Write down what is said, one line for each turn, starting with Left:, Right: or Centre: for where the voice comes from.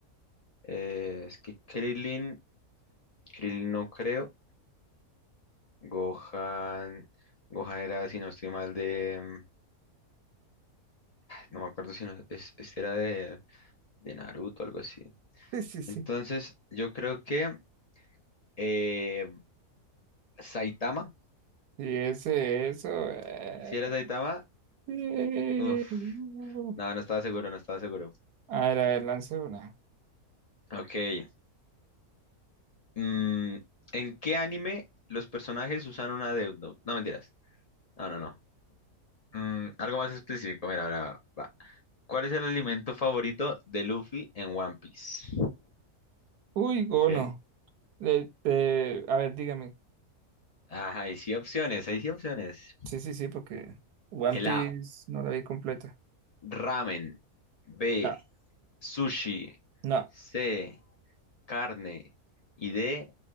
Left: Eh, es que Krillin, Krillin no creo. Gohan, Gohan era, si no estoy mal, de... mm, No me acuerdo si no, es, este era de, de Naruto algo así.
Right: Sí, sí, sí.
Left: Entonces, yo creo que eh, Saitama,
Right: Y ese, eso. eh,
Left: si era Saitama,
Right: eh,
Left: uff,
Right: uh.
Left: no, no estaba seguro, no estaba seguro.
Right: A ver, a ver, lance una.
Left: Ok. Mm, ¿en qué anime los personajes usan una deudno? No, mentiras. No, no, no. Mm, algo más específico. Mira, ahora va. ¿Cuál es el alimento favorito de Luffy en One Piece?
Right: Uy, Gono.
Left: Ok.
Right: De- de- a ver, dígame.
Left: Ajá, hay sí opciones, hay sí opciones.
Right: Sí, sí, sí, porque One
Left: El
Right: Piece
Left: A,
Right: no la vi completa.
Left: ramen. B,
Right: No,
Left: sushi.
Right: no.
Left: C, carne. Y D,